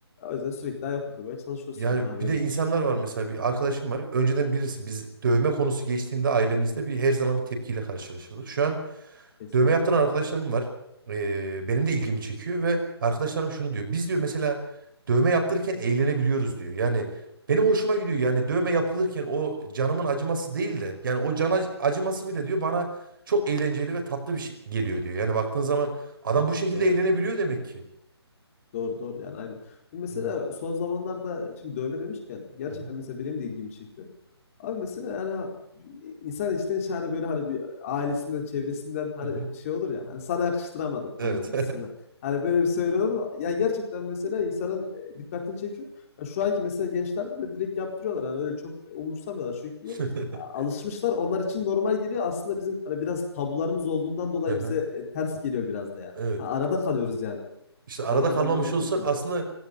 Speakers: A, on the left; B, on the right.
A: O yüzden sürekli ayak uydurmaya çalışıyorsun
B: Yani
A: yani abi
B: bir
A: öyle
B: de insanlar
A: değil.
B: var mesela bir arkadaşım var. Önceden bilirsin biz dövme konusu geçtiğinde ailemizde bir her zaman bir tepkiyle karşılaşırdık. Şu an
A: Kesinlikle.
B: dövme yaptıran arkadaşlarım var. Ee, benim de ilgimi çekiyor ve arkadaşlarım şunu diyor. Biz diyor mesela dövme yaptırırken eğlenebiliyoruz diyor. Yani benim hoşuma gidiyor. Yani dövme yapılırken o canımın acıması değil de yani o can ac- acıması bile diyor bana çok eğlenceli ve tatlı bir şey geliyor diyor. Yani baktığın zaman adam bu şekilde
A: Doğru.
B: eğlenebiliyor demek ki.
A: Doğru doğru yani aynen. Şimdi Mesela
B: Hı
A: son zamanlarda şimdi dövme demişken gerçekten
B: hı.
A: mesela benim de ilgimi çekiyor. Abi mesela yani insan içten içe hani böyle hani bir ailesinden çevresinden hani
B: Hı hı.
A: şey olur ya hani sana yakıştıramadım
B: Evet.
A: hani gibisinden. Hani böyle bir söyle olur. mu? Ya gerçekten mesela insanın e, dikkatini çekiyor. Ya şu anki mesela gençlerde de direkt yaptırıyorlar hani öyle çok umursamıyorlar çünkü niye?
B: <laughs>
A: A- alışmışlar onlar için normal geliyor aslında bizim hani biraz tabularımız olduğundan dolayı
B: Aha,
A: bize e, ters geliyor biraz da yani.
B: evet.
A: Ha, arada kalıyoruz yani.
B: İşte arada
A: Arada
B: kalmamış
A: kalma muhabbeti
B: olsak
A: oluyor.
B: aslında